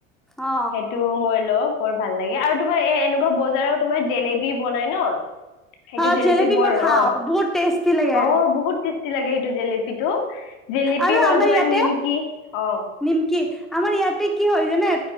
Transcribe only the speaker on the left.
সেইটো মই লওঁ বৰ ভাল লাগে আৰু তোমাৰ এ এনেকুৱা বজাৰৰ তোমাৰ জেলেবি বনাই ন। সেইটো
জেলেপি বৰ
অ,
অ বহুত টেষ্টি লাগে্ জেলিপিটো জেলেপি
হল
তোমাৰ
নিমকি অ